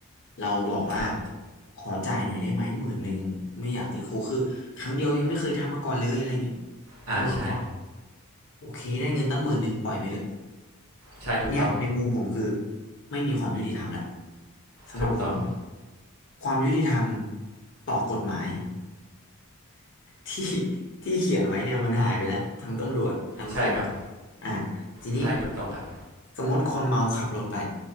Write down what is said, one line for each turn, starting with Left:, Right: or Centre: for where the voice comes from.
Left: เราบอกว่า
Right: ครับ
Left: ขอจ่ายหน่อยได้ไหมหมื่นหนึ่งไม่อยากติดคุกคือครั้งเดียวยังไม่เคยทำมาก่อนเลยอะไรอย่างเงี้ย
Right: อ่าใช่
Left: ตำรวจก็โอเคได้เงินตั้งหมื่นหนึ่งปล่อยไปเถอะ
Right: ใช่ถูกต้อง
Left: เนี่ยในมุมผมคือไม่มีความยุติธรรมละสำหรับผม
Right: ถูกต้อง
Left: ความยุติธรรมต่อกฎหมาย ที่ <laughs> ที่เขียนไว้เนี่ยมันหายไปแล้วทั้งตำรวจทั้งคน
Right: ใช่ครับ
Left: อ่ะทีนี้
Right: ใช่ถูกต้องครับ
Left: สมมติคนเมาขับรถไป